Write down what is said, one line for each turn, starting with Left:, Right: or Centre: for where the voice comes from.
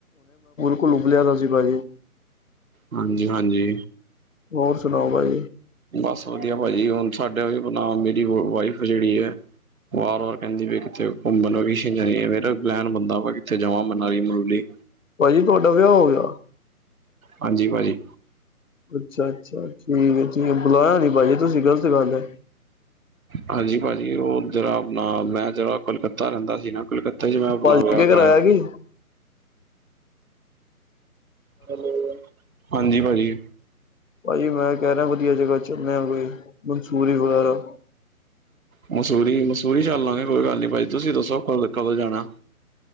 Left: ਕੋਈ ਉਬਲਿਆ ਦਾ ਸੀ ਭਾਈ
Right: ਹਾਂਜੀ- ਹਾਂਜੀ
Left: ਹੋਰ ਸੁਣਾਓ ਬਈ?
Right: ਬਸ ਵਧੀਆ ਪਾਜੀ, ਹੁਣ ਸਾਡੇ ਵਾਲੀ ਨਾ ਜਿਹੜੀ ਵਾਈਫ ਜਿਹੜੀ ਐ ਵਾਰ- ਵਾਰ ਕਹਿੰਦੀ ਪਈ, ਕਿਥੇ ਘੁੰਮਣ ਰਿਸ਼ੀ ਜਾਈਏ, ਫਿਰ ਪਲੈਨ ਬਣਦਾ, ਵ ਕਿੱਥੇ ਜਾਵਾਂ ਮਨਾਲੀ -ਮਨੂਲੀ
Left: ਭਾਜੀ ਤੁਹਾਡਾ, ਵਿਆਹ ਹੋ ਗਿਆ?
Right: ਹਾਂਜੀ ਭਾਜੀ।
Left: ਅੱਛ- ਅੱਛਾ ਠੀਕ- ਠੀਕ ਹੈ ਬੁਲਾਇਆ ਨਹੀਂ, ਭਾਜੀ ਤੁਸੀਂ ਗ਼ਲਤ ਗੱਲ ਏ
Right: ਹਾਂਜੀ, ਭਾਜੀ ਉਹ ਜਿਹੜਾ ਆਪਣਾ ਮੈਂ ਜਿਹੜਾ, ਕਲਕੱਤਾ ਰਹਿੰਦਾ ਸੀ ਨਾ ਕਲਕੱ ਹਾਂਜੀ, ਮੈਂ ਲਿਆ
Left: ਭਾਜੀ
Right: ਬਣਾ
Left: ਅੱਗੇ ਕਰਾਇਆ
Right: ਕਰ
Left: ਕਿ
Right: ਹੈਲੋ, ਹਾਂਜੀ ਪਾਜੀ
Left: ਭਾਜੀ ਮੈਂ ਕਹਿ ਰਿਹਾ ਵਧੀਆ ਜਗ੍ਹਾ, ਚੱਲਣੇ ਹ ਕੋਈ ਮਨਸੂਰੀ ਵਗੈਰਾ
Right: ਮਸੂਰੀ- ਮਸੂਰੀ ਚੱਲ ਲਵਾਂਗੇ, ਕੋਈ ਗੱਲ ਨੀ, ਭਾਜੀ ਤੁਸੀਂ ਦੱਸੋ ਕਦੋਂ ਜਾਣਾ